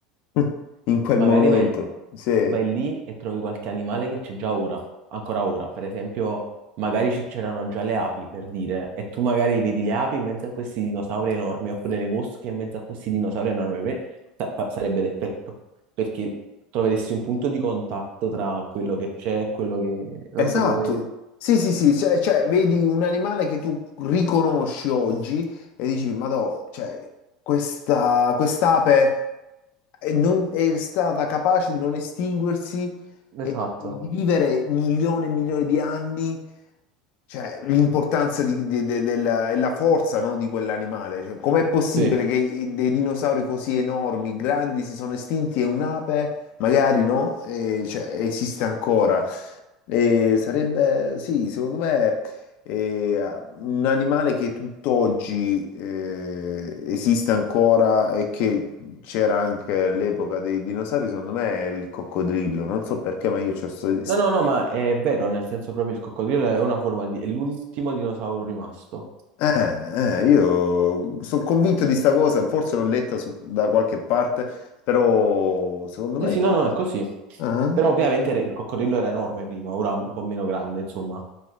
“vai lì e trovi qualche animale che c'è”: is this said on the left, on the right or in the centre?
Right